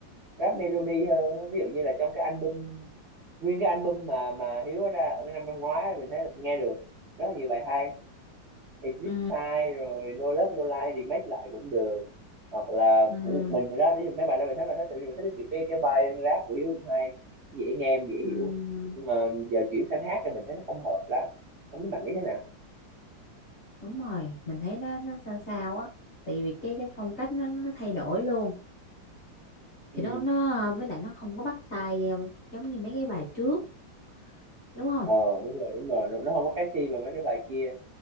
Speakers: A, on the right (about 50°); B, on the left (about 45°).
A: rap melody hơn á. ví dụ như là trong cái album nguyên cái album mà mà Hiếu có ra ở cái năm năm ngoái mình thấy là nghe được rất là nhiều bài hay Exit
B: ừ
A: Sign rồi No Love No Lie remake lại cũng được hoặc là
B: ừ
A: của một mình rồi đó nếu mấy bài đó mình thấy là thích tại vì mình thích cái kiểu cái cái vai rap của Hiếu cũng hay dễ nghe em dễ
B: ừ
A: hiểu nhưng mà giờ chuyển sang hát thì mình thấy nó không hợp lắm không biết bạn nghĩ thế nào
B: đúng rồi mình thấy nó nó sao sao á tại vì cái cái phong cách nó nó thay đổi luôn
A: ừ
B: thì nó nó với lại nó không có bắt tai um, giống như mấy cái bài trước đúng không
A: ờ đúng rồi đúng rồi nó không có catchy mà mấy cái bài kia